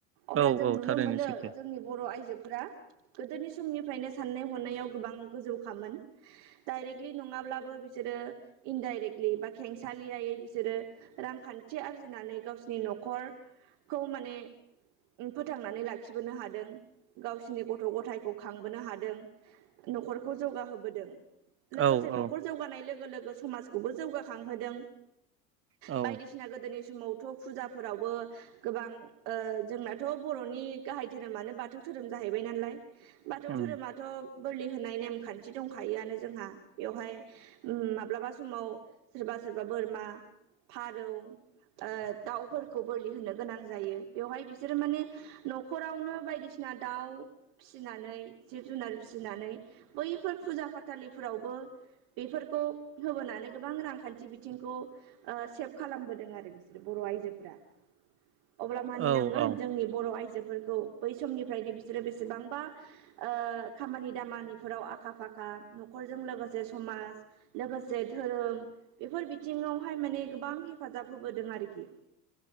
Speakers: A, on the right; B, on the right.
A: अब्ला
B: औ
A: जों
B: औ
A: नुनो
B: थारैनो
A: मोनो
B: सैथो
A: जोंनि बर आइजोफोरा गोदोनि समनिफ्रायनो साननाय हनायाव गोबां गोजौखामोन डाइरेक्टलि नङाब्लाबो बिसोर बिसोरो इनडाइरेक्लि बा खेंसालियायै बिसोरो रांखान्थि आरजिनानै गावसिनि नख नखर खौ माने फोथांनानै लाखिनोनो हादों गावसिनि गथ गथ गथायखौ खांबोनो हादों नखरखौ जौगाहोबोदों लोगोसे
B: औ
A: नखर
B: औ
A: जौगानाय लोगो लोगो समाजखौबो जौगाखांहोदों
B: औ
A: बायदिसिना गोदोनि समावथ फुजाफोरावबो गोबां‌ ओ जोंनाथ बरनि गाहाय धोरोमानो बाथौ धोरोम जाहैबाय नालाय बाथौ
B: उम
A: धोरोमाथ बोलि होनाय नेमखान्थि दंखायोआनो जोंहा बेवहाय माब्लाबा उम समाव सोरबा सोरबा सोरबा बोरमा फारौ ओ दाउफोरखौ बोलि होनो गोनां जायो बेवहाय बिसोरो माने नखरावनो बायदिसिना सिना दाउ फिसिनानै जिब जुनार फिसिनानै बैफोर फुजा फाथालिफोरावबो बेफोरखौ खौ होबोनानै गोबां रांखान्थि बिथिंखौ ओ सेभ खालामबोदों आरो बिसोरो बर आइजोफोरा अब्ला मानिनांगोन
B: औ औ
A: जोंनि बर आइजोफोरखौ बै समनिफ्रायनो बिसोरो बेसे बेसेबांबा ओ खामानि दामानिफोराव आखा फाखा न'खरजों लोगोसे समाज। लोगोसे धोरोम बेफोर बिथिङावहाय माने गोबां हेफाजाब होबोदों आरोखि।